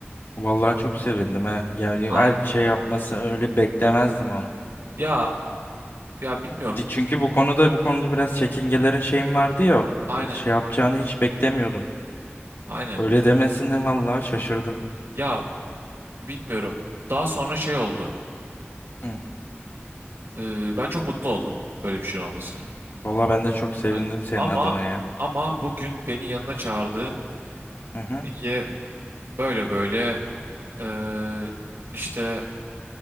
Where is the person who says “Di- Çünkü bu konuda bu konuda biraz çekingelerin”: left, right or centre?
Left